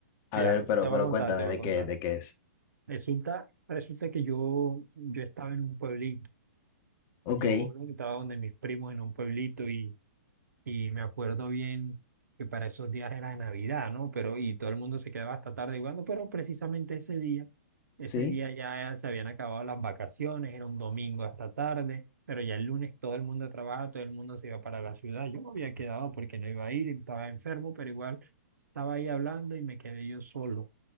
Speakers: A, on the left; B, on the right.
A: A
B: Mira,
A: ver, pero,
B: te voy
A: pero
B: a contar,
A: cuéntame
B: te voy
A: de
B: a contar.
A: qué, de qué es.
B: Resulta, resulta que yo, yo estaba en un pueblito,
A: Ok,
B: yo estaba donde mis primos en un pueblito y me acuerdo bien que para esos días era Navidad, ¿no? Pero y todo el mundo se quedaba hasta tarde jugando, pero precisamente ese día, ese
A: sí,
B: día ya se habían acabado las vacaciones, era un domingo hasta tarde, pero ya el lunes todo el mundo trabaja, todo el mundo se iba para la ciudad. Yo me había quedado porque no iba a ir, estaba enfermo, pero igual estaba ahí hablando y me quedé yo solo.